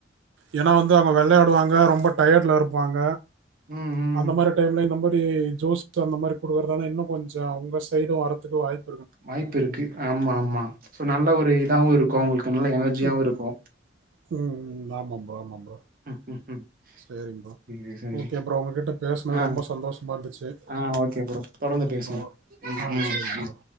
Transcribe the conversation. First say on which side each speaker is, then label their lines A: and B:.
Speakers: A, on the right (about 80°); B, on the right (about 45°).
A: ஏனா வந்து அவங்க வெளாடுவாங்க ரொம்ப டயர்ட்ல இருப்பாங்க
B: ம் ம்
A: அந்த மாரி டைம்ல இந்த மாரி ஜோஸ்ட் அந்த மாரி குடுக்கறதானே இன்னு கொஞ்சோ உங்க சைடு வரத்துக்கு வாய்ப்
B: வாய்ப்பு இருக்கு ஆமா ஆமா சோ நல்ல ஒரு இதாவு இருக்கு உங்ளுக்கு நல்ல எனர்ஜியாவு
A: ம்
B: இருக்கு
A: ம் ஆமா ப்ரோ ஆமா ப்ரோ
B: ம். ம். ம்.
A: சேரி ப்ரோ
B: சரி, சரி.
A: ஓகே ப்ரோ உங்ககிட்ட பேசினது
B: ஆ
A: ரொம்ப சந்தோஷமா இருந்துச்சு
B: ஆ ஓகே ப்ரோ தொடர்ந்து
A: ஓகே
B: பேசுவோ
A: ப்ரோ
B: ம்
A: ஆ
B: ம்
A: சரிங்க
B: ம்
A: ப்ரோ